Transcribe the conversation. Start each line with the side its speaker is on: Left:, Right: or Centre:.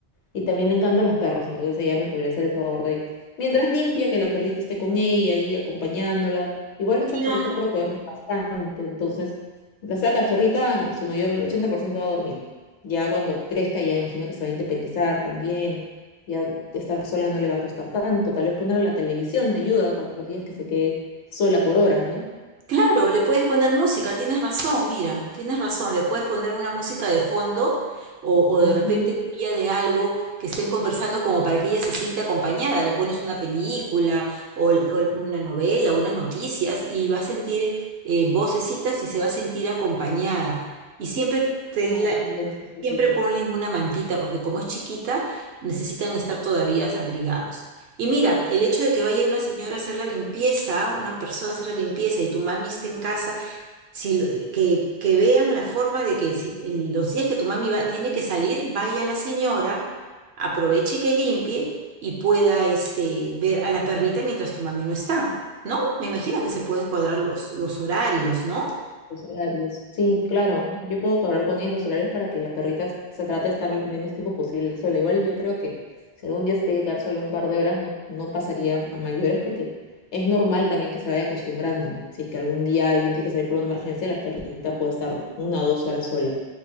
Left: Y también le encantan los perros, entonces ella me podría hacer el favor de, mientras limpia, que la perrita esté con ella y acompañándola. Igual los
Right: Claro.
Left: cachorritos creo que duermen bastante, entonces, la sea cachorrita, su mayor, el 80% va a dormir. Ya cuando crezca, ya imagino que se va a independizar también, ya estar sola no le va a costar tanto, tal vez ponerle la televisión ayuda cuando los días que se quede sola por horas, ¿no?
Right: Claro, le puedes poner música, tienes razón, mira, tienes razón, le puedes poner una música de fondo o, o de
Left: Ujú,
Right: repente bulla de algo que estén conversando como para que ella se siente acompañada, le pones una película o, l- o l- una novela, unas noticias y va a sentir eh, vocecitas y se va a sentir acompañada. Y siempre tenla
Left: Claro, Ya no solita.
Right: Siempre ponle en una mantita, porque como es chiquita, necesitan estar todavía abrigados. Y mira, el hecho de que vaya una señora a hacer la limpieza, una persona a hacer la limpieza y tu mami esté en casa, si, lo- que, que vean la forma de que si el- los días que tu mami va, tiene que salir, vaya la señora, aproveche que limpie y pueda este, ver a la perrita mientras tu mami no está, ¿no? Me imagino que se pueden cuadrar los, los horarios, ¿no?
Left: Los horarios. Sí, claro. Yo puedo hablar con ellos los horarios para que la perrita se trate de estar el menos tiempo posible sola. Igual yo creo que si algún día se tiene que quedar solo un par de horas, no, no pasaría a mayores porque es normal también que se vaya acostumbrando. Si es que algún día alguien tiene que salir por una emergencia, la perrita puede estar una o dos horas sola.